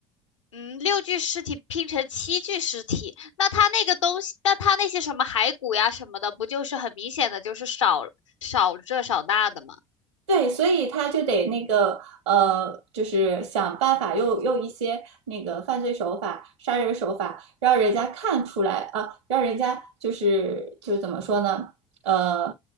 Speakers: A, on the left; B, on the right.
A: 嗯，六具尸体拼成七具尸体，那他那个东西，那他那些什么骸骨呀什么的，不就是很明显的就是少少这少那的吗？
B: 对，所以他就得那个呃，就是想办法用用一些那个犯罪手法、杀人手法，让人家看出来啊，让人家就是就是怎么说呢？呃，